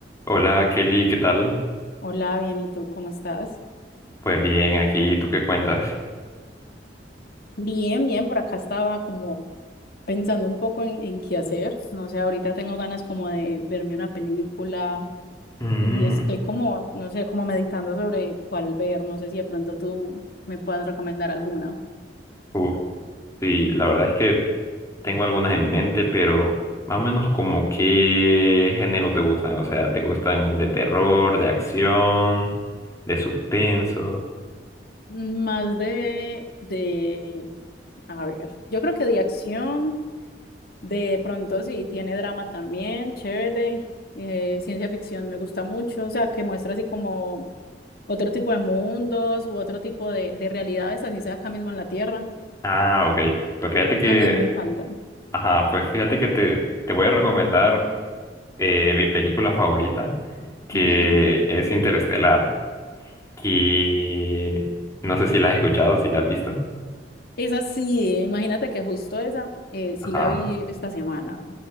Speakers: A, on the left (about 20°); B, on the left (about 60°).
A: Hola Kelly, ¿qué tal?
B: Hola, bien, ¿y tú cómo estás?
A: Pues bien, aquí, ¿tú qué cuentas?
B: Bien, bien, por acá estaba como pensando un poco en, en qué hacer. No sé, ahorita tengo ganas como de verme una película
A: Mm,
B: y estoy como, no sé, como meditando sobre cuál ver. No sé si de pronto tú me puedas recomendar alguna.
A: uf, sí, la verdad es que tengo algunas en mente, pero más o menos como qué género te gustan, o sea, ¿te gustan de terror, de acción, de suspenso?
B: Más de, de, a ver, yo creo que de acción, de pronto sí, tiene drama también, chévere. eh, ciencia ficción me gusta mucho, o sea, que muestra así como otro tipo de mundos u otro tipo de, de realidades, así sea acá mismo en la Tierra.
A: Ah, ok, pues fíjate que,
B: También me encantan.
A: ajá, pues fíjate que te, te voy a recomendar eh, mi película favorita, que
B: Ujú.
A: es Interestelar, y no sé si la
B: Me
A: has escuchado,
B: encanta.
A: si la has visto.
B: Esa sí, imagínate que justo esa, eh, sí
A: Ajá.
B: la vi esta semana,